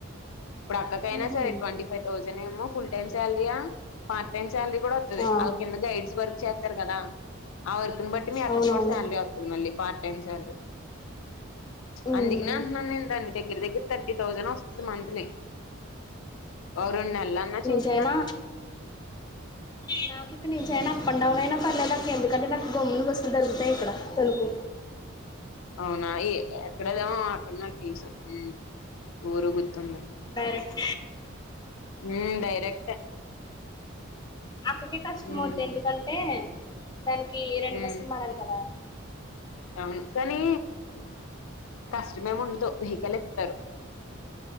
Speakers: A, on the left; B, on the left.
A: ఇప్పుడక్కకైనా
B: ఉహు
A: సరే ట్వంటీ ఫైవ్ థౌసండ్ ఏమో ఫుల్ టైం స్ పార్ట్ టైమ్ సాలరీ కూడా వతది.
B: ఆ
A: వాళ్ళ కింద గైడ్స్ వర్క్ చేతరు కదా ఆ వర్క్ని బట్టి మీ అక్క
B: అవునవును
A: కూడా శాలరీ వతది మళ్ళీ పార్ట్ టైం సల్రీ
B: ఉమ్
A: అందుకనే అంటున్నాను నేను దాన్ని దగ్గర దగ్గర థర్టీ థౌజండ్. మంత్లీ. ఓ రెండు నెల్లన్నా చూసు
B: చేయనా నాకు ఇక్కడ చేయన అప్ అండ్ డౌన్ అయినా పర్లేదు నాకు ఎందుకంటే నాకు గమ్మున బస్సులు దొరుకుతాయి ఇక్కడ తణకు
A: అవునా ఎక్కడదేమో అక్కడ నా తెలుసు ఉమ్ ఊరు గుర్తుంది
B: డైరెక్ట్
A: ఉమ్ డైరెక్టే
B: అక్కకి కష్టం
A: ఉమ్
B: అవుది ఎందుకంటే దానికి రెండు
A: ఉమ్
B: బస్సులు మారాలి కదా.
A: అవును కానీ కస్టమేము ఉండదు వెహికల్ సర <unintelligible>